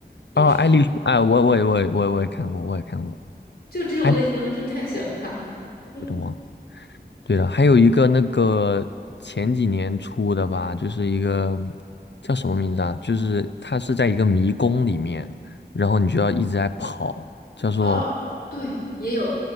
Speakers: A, on the left; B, on the left.
A: 也是，
B: 哦，爱丽丝，哎，我我也我也我也我也看过，我也看过，
A: 就这种类型，
B: 哎，
A: 我真太喜欢看了。嗯，
B: 有点忘了对了，还有一个那个前几年出的吧，就是一个叫什么名字啊？就是它是在一个迷宫里面，然后你就要一直在跑，叫做
A: 哦，对，也有